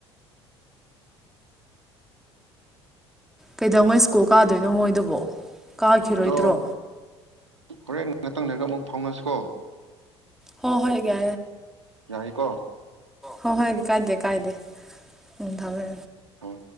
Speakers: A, in the centre; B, on the right.
A: ꯀꯩꯗꯧꯉꯣꯏ ꯁ꯭ꯀꯨꯜ ꯀꯥꯗꯣꯏꯅꯣ ꯃꯣꯏꯗꯨꯕꯣ ꯀꯥꯈꯤꯔꯣꯏꯗ꯭ꯔꯣ
B: ꯑꯗꯣ ꯍꯣꯔꯦꯟ ꯅꯊꯪꯅꯔꯒ ꯑꯃꯨꯛ ꯐꯥꯎꯅꯁꯤꯀꯣ
A: ꯍꯣꯏ ꯍꯣꯏꯒ
B: ꯌꯥꯏꯀꯣ
A: ꯍꯣꯏ ꯍꯣꯏ ꯀꯥꯏꯗꯦ ꯀꯥꯏꯗꯦ ꯎꯝ ꯊꯝꯃꯦ
B: ꯍꯣꯏ